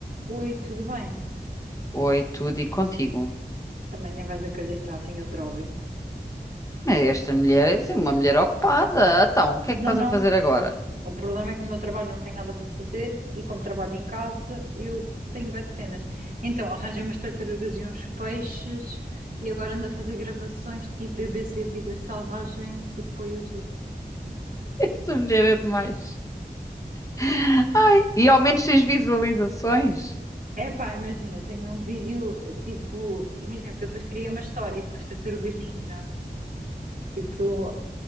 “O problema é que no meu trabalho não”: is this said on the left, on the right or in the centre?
Right